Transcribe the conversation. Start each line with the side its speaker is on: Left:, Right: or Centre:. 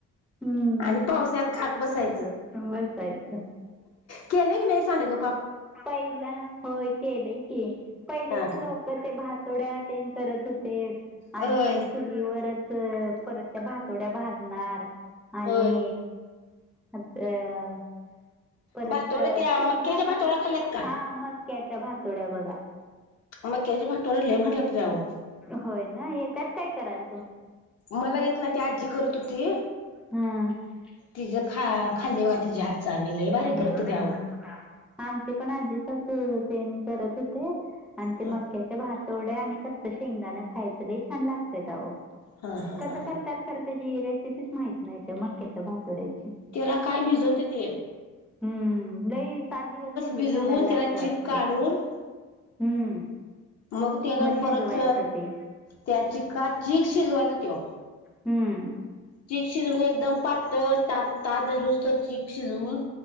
Centre: हम्म
Left: आणि पावसाळ्यात खात बसायचं
Centre: बसायचं.
Left: केले की नाही सांडग?
Centre: पहिला होय केलय की पहिल्याची
Left: हा हा
Centre: लोक तर ते भातोड्या तेन करत होतेत
Left: होय
Centre: आणि सु चुलीवरच परत त्या भातोड्या भाजणार आणि
Left: होय
Centre: असं परत
Left: भातोड्या त्या
Centre: शेंगदाणा,
Left: मक्याच्या भातोड्या खाल्ल्यात का?
Centre: हा मक्याच्या भातोड्या बघा.
Left: मक्याच्या भातोड्या लय भारी लागत्यात अहो.
Centre: होय ना येत्यात काय कराल?
Left: मला येत नाही ती आजी करत होती
Centre: हा
Left: तिज खा खाल्ले बघा तिज्या हातचा आम्ही लय भारी
Centre: हम्म.
Left: करतेत्या व.
Centre: आमचे पण आजी सासू तेन करत होते आणि ते
Left: हा
Centre: मक्या त्या भातोड्या आणि कच्च शेंगदा खायचं लई छान लागत्यात अहो
Left: हा
Centre: कस
Left: हा
Centre: करत्यात खरं त्याची रेसिपीच माहित नाही त्या मक्याच्या भातोड्याची.
Left: तेला काय भिजवतेती.
Centre: हम्म लई सात दिवस भिजत
Left: भिजवून
Centre: घालायला
Left: त्याला
Centre: लागत
Left: चीक
Centre: वाटत.
Left: काढून
Centre: हम्म.
Left: मग त्याला
Centre: शिजवायचं
Left: बरच
Centre: ते.
Left: त्या चिका चीक शिजवायचा त्यो.
Centre: हम्म.
Left: चीक शिजून एकदम पातळ तार दुरुस्ततर तर चीक शिजवून